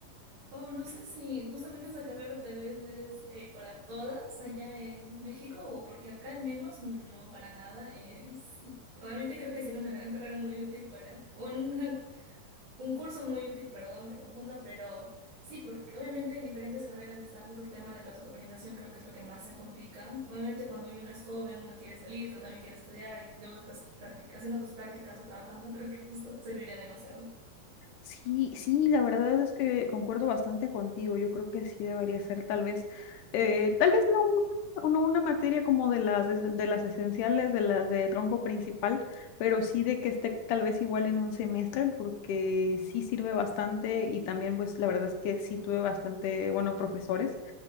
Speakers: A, on the right; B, on the left.
A: Wow, no sé si justamente esa carrera tal vez es eh, para todas allá en México o porque acá al menos no para nada es. Realmente creo que sería una gran carrera muy útil para, o bueno, una Un curso muy útil, perdón, me confunda, pero sí, porque obviamente en diferentes carreras está justo el tema de la organización, creo que es lo que más se complica. Obviamente cuando uno es joven, uno quiere salir, pero también quiere estudiar y luego estás practic- haciendo tus prácticas o trabajando, <laughs> creo que justo serviría demasiado.
B: Sí, sí, la verdad es que concuerdo bastante contigo. Yo creo que sí debería ser tal vez, eh, tal vez no una, no una materia como de las, es- de las esenciales, de las de tronco principal, pero sí de que esté tal vez igual en un semestre, porque sí sirve bastante y también pues la verdad es que sí tuve bastante buenos profesores